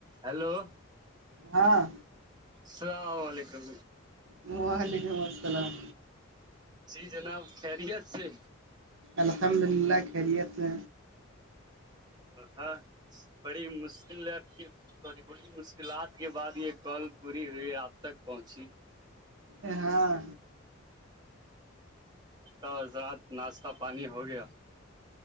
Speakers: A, on the right; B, on the right.
A: hello
B: ہاں
A: السلام علیکم
B: وعلیکم السلام
A: جی جناب خیریت سے
B: الحمد للہ خیریت سے
A: ہاں بڑی مشکلات کی سی بڑی مشکلات کے بعد یہ کال پوری ہوئی آپ تک پہنچی
B: ا ہاں
A: ہضرات ناشتہ پانی ہو گیا